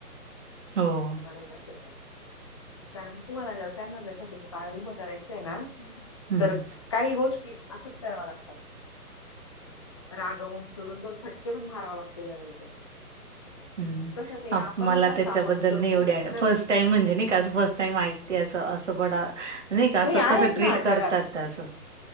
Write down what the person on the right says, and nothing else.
हो.
हं,
हं.
हम्म
आप मला
त्याच्याबद्दल
नाही एवढी
आयडिया फर्स्ट टाईम म्हणजे नाही का असं फर्स्ट टाईम ऐकतेय असं असं पण नाही का असं
कसं ट्रीट
करतात
असं